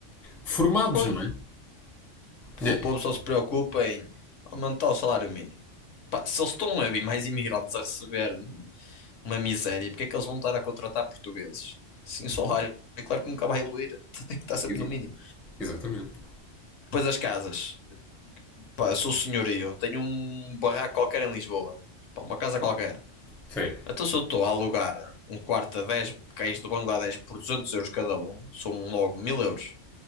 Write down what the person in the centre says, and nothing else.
formados,
não é?
É,
Ex-
Exatamente.
Sim.